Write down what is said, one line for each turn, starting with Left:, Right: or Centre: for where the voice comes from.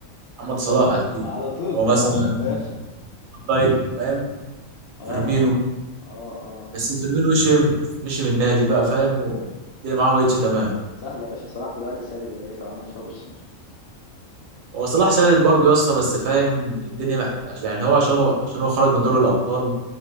Right: محمد صلاح اكيد
Left: على طول
Right: او
Left: طبعا
Right: مثلا
Left: انت فاهم <laughs>
Right: فان دايك فاهم
Left: اه
Right: فيرمينو
Left: اه اه اه
Right: بس فيرمينو مشي مشي من النادي بقى فاهم والدنيا معاه بقتش تمام
Left: سهل يا باشا صلاح دلوقتي سادد يا باشا وعامل شغل <laughs>
Right: هو صلاح سادد برضه يا اسطى بس فاهم الدنيا محت... يعني هو عشان هو عشان هو خرج من دوري الابطال